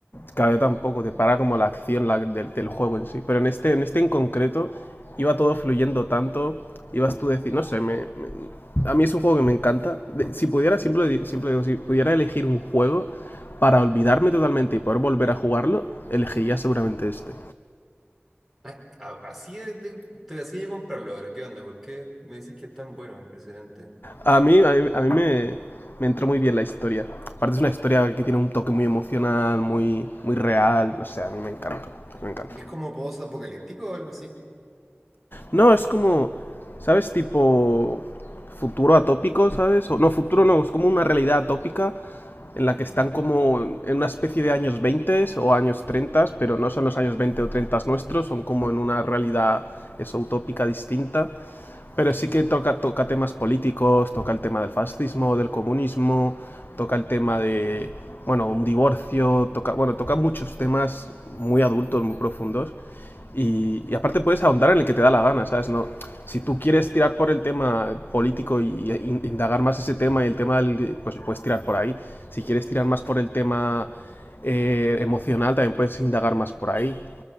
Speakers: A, on the left (about 55°); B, in the centre.
A: Claro, tampoco, te para como la acción la- del, del juego en sí. Pero en este, en este en concreto, iba todo fluyendo tanto, ibas tú a decir, no sé, me, me- a mí es un juego que me encanta. De- si pudiera, siempre, siempre digo, si pudiera elegir un juego para olvidarme totalmente y poder volver a jugarlo, elegiría seguramente este.
B: Ah, a- así de, de- estoy así de comprarlo ahora. ¿Qué onda? ¿Por qué me decís que es tan bueno? Impresionante.
A: A mí, a mí, a mí me, me entró muy bien la historia. Aparte es una historia que tiene un toque muy emocional, muy, muy real, no sé, a mí me encanta, me encanta.
B: ¿Y es como post-apocalíptico o algo así?
A: No, es como, ¿sabes? Tipo futuro atópico, ¿sabes? O, no, futuro no, es como una realidad atópica en
B: Mm,
A: la que están como en una especie de años 20 o años 30, pero no son los años 20 o 30 nuestros, son como en una realidad eso, utópica distinta.
B: ok.
A: Pero sí que toca, toca temas políticos, toca el tema del fascismo, del comunismo, toca el tema
B: Mm,
A: de, bueno, un divorcio, toca, bueno, toca muchos temas muy adultos, muy profundos. Y, y aparte puedes ahondar en el que te da la gana, ¿sabes? No, si tú quieres tirar por el tema político y, y indagar más ese tema y el tema del, pues puedes tirar por ahí. Si quieres tirar más por el tema eh, emocional, también puedes indagar más por ahí.